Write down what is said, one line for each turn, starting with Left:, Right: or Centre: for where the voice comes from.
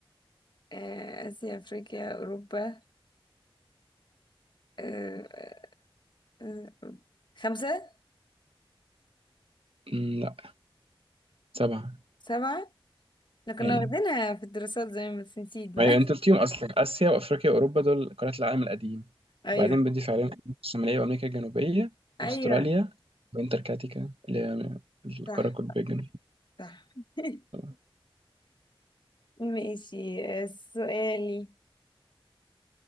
Left: آه، اسيا افريقيا اوروبا آه، آه، خمسة
Right: مم، لا سبعة
Left: سبعة احنا كنا
Right: يعني
Left: واخدينها في الدراسات زي ما بس نسيت بقى
Right: ما هي أنت قلتيهم أصلا آسيا وأفريقيا وأوروبا دول قارات العالم القديم
Left: <laughs> ايوه
Right: وبعدين بضيف عليهم أمريكا الشمالية وأمريكا الجنوبية
Left: ايوه
Right: وأستراليا وأنتاركتيكا اللي هي القارة
Left: صح
Right: القطبية الجنوبية
Left: صح <laughs>
Right: طبعا.
Left: ماشي آه، سؤالي